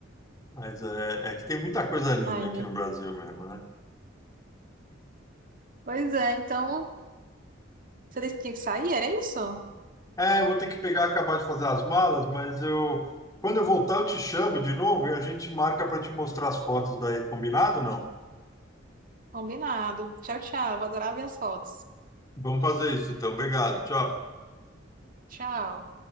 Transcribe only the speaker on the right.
Ai,
gente.
pois é, então você disse que tinha que sair? Era isso?
Combinado. Tchau, tchau. Vou adorar ver as fotos.
Tchau.